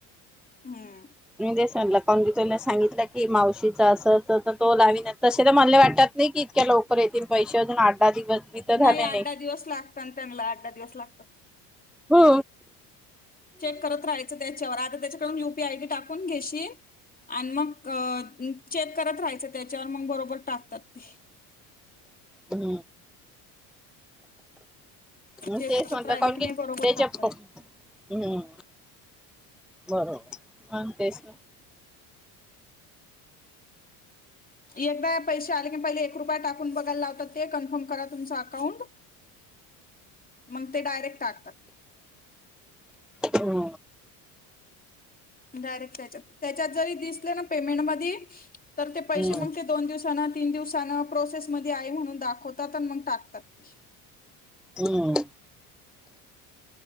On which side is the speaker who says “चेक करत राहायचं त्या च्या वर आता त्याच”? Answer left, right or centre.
Left